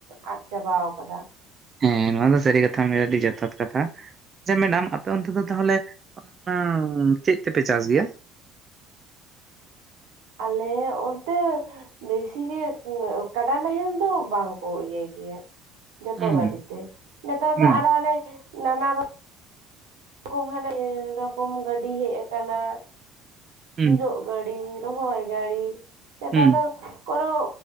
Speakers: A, on the right; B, on the right.
A: ᱟᱫ ᱪᱟᱵᱟᱣ ᱠᱟᱫᱟ ᱾
B: ᱦᱮᱸ ᱱᱚᱣᱟ ᱫᱚ ᱥᱟᱹᱨᱤ ᱠᱟᱛᱷᱟ ᱟᱹᱰᱤ ᱡᱚᱛᱷᱟᱛ ᱠᱟᱛᱷᱟ, ᱟᱪᱪᱷᱟ ᱢᱮᱱᱮᱟᱢ ᱟᱯᱮ ᱚᱱᱛᱮ ᱫᱚ ᱛᱟᱦᱚᱞᱮᱼᱼ ᱦᱚ ᱪᱮᱫ ᱛᱮᱯᱮ ᱪᱟᱥ ᱜᱮᱭᱟ ᱾
A: ᱟᱞᱮ ᱚᱱᱛᱮ ᱵᱮᱥᱤ ᱜᱮ ᱛᱤᱱᱟᱹᱜ ᱠᱟᱰᱟ ᱱᱟᱦᱮᱞ ᱫᱚ ᱵᱟᱝᱠᱚ ᱤᱭᱟᱹᱭ ᱜᱮᱭᱟ ᱾ ᱡᱚᱛᱚ
B: ᱦᱩᱸ
A: ᱜᱟᱹᱰᱤᱛᱮ ᱱᱮᱛᱟᱨ
B: ᱦᱩᱸ
A: ᱫᱚ ᱟᱨᱚ ᱦᱟᱱᱮ ᱱᱟᱱᱟ ᱨᱚᱼᱼ ᱠᱚᱢ ᱦᱟᱱᱮ ᱨᱚᱠᱚᱢ ᱜᱟᱹᱰᱤ ᱦᱮᱜ ᱟᱠᱟᱱᱟ
B: ᱦᱩᱸ
A: ᱤᱨᱚᱜᱼᱼ ᱜᱟᱹᱲᱤ ᱨᱚᱦᱚᱭ ᱜᱟᱹᱲᱤ ᱱᱮᱛᱟᱨ
B: ᱦᱩᱸ
A: ᱫᱚᱼᱼ ᱠᱚᱱᱳ,